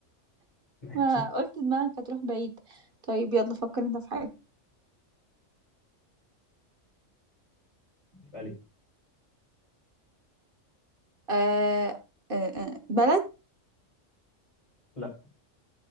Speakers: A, on the right; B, on the left.
A: <laughs>
B: ماشي
A: ما قلت دماغك هتروح بعيد طيب يلا فكر انت في حاجة
B: اسألي
A: آه آه آه، بلد
B: لا